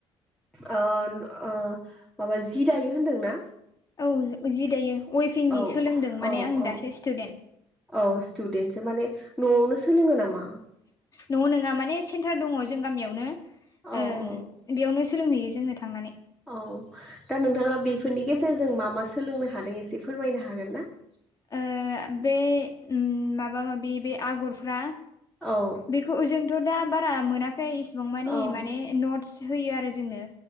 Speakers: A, in the centre; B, on the left (about 35°).
A: माबा जि दायो होनदोंना?
B: औ जि दायो वेफिंनि
A: औ
B: सोलोंदों माने
A: औ
B: आं
A: औ
B: दासो सिटुदेन्ट।
A: औ सिटुदेन्टसो माने न'आवनो सोलोङो नामा
B: न' नोङा माने सेन्टार दङ जों गामियावनो
A: औ
B: ओ
A: औ
B: बेयावनो सोलोंहैयो जोंनो थांनानै
A: औ दा नोंथाङा बेफोरनि गेजेरजों मा मा सोलोंनो हादों एसे फोरमायनो हागोन ना <inaudible>
B: ओ बे माबा माबि बे आगरफ्रा
A: औ
B: बेखौ जोंथ' दा बारा मोनाखै इसिबां मानि
A: औ
B: माने नटस होयो आरो जोंनो